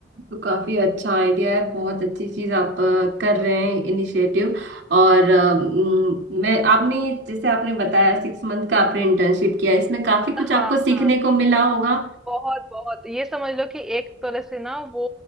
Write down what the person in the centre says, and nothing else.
हाँ
हाँ
बहुत बहुत ये समझ लो कि एक तरह से ना वो